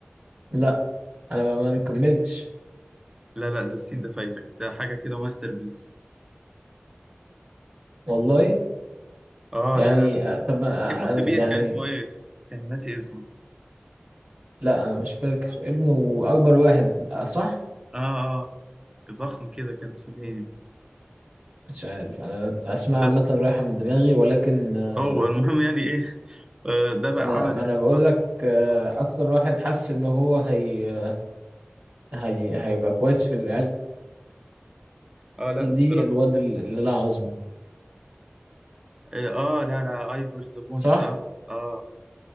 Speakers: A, on the right; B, on the right.
A: لا أنا ما ما كملتش
B: لا لا ده السين ده فايتك ده حاجه كده ماستر بيس
A: والله
B: اه
A: يعني
B: لا لا لا
A: آه، طب ما-
B: ابنه الكبير
A: آه، يعني
B: كان اسمه ايه كان ناسي اسمه
A: لا انا مش فاكر ابنه اكبر واحد آه، صح
B: اه اه ضخم كده كان مسميه ايه
A: مش عارف انا اسماء
B: بس
A: عامه رايحه من دماغي ولكن آه،
B: هو المهم يعني ايه آه، ده بقى
A: ما انا
B: عمل
A: ما
B: حته
A: انا بقول
B: لقطه
A: لك آه،
B: اه
A: اكتر واحد حس ان هو هي آه، هي هيبقى كويس في العيال
B: آه، لا
A: دي
B: بصراحه
A: الواد اللي لا عظم
B: اه آه، لا لا ايفور ذا بونلس
A: صح
B: اه اه